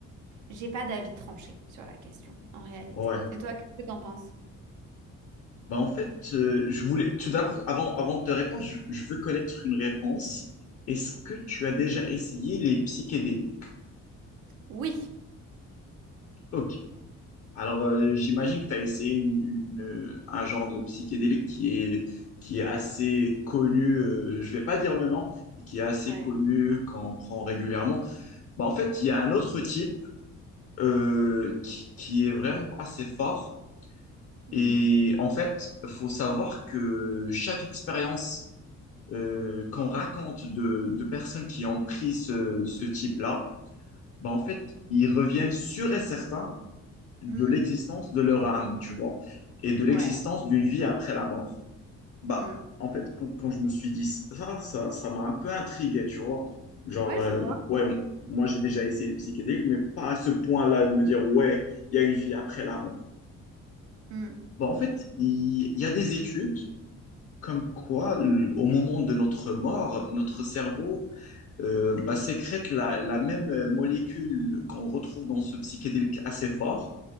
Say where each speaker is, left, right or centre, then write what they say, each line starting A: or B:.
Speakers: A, on the right (about 80°); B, on the left (about 50°).
A: j'ai pas d'avis tranché sur la question, en réalité.
B: Ouais.
A: Et toi, qu'est-ce que t'en penses?
B: Bah, en fait, euh, je voulais, tout d'abord, avant, avant de te répondre, je, je veux connaître une réponse. Est-ce que tu as déjà essayé les psychédéliques?
A: Oui.
B: Ok. Alors, euh, j'imagine que tu as essayé une- une, euh, un genre de psychédélique qui est, qui est assez connu, euh, je vais pas dire le nom, mais qui est assez
A: Ouais.
B: connu quand on prend régulièrement. Bah, en fait, il y a un autre type euh, qui, qui est vraiment assez fort.
A: Mhm.
B: Et en fait, faut savoir que chaque expérience euh, qu'on raconte de, de personnes qui ont pris ce, ce type-là, bah, en fait, ils reviennent sûrs et certains de
A: Mm,
B: l'existence de leur âme, tu vois, et de l'existence
A: Ouais.
B: d'une vie après la mort. Bah,
A: mm,
B: en fait, quand, quand je me suis dit ça, ça, ça m'a un peu intrigué, tu vois. Genre,
A: Ouais,
B: euh,
A: je vois.
B: ouais, moi j'ai déjà essayé les psychédéliques, mais pas à ce point-là de me dire, ouais, il y a une vie après la mort.
A: mm,
B: Bah, en fait, il il y a des études comme quoi, l- au moment de notre mort, notre cerveau euh, bah, sécrète la, la même euh, molécule qu'on retrouve dans ce psychédélique assez fort,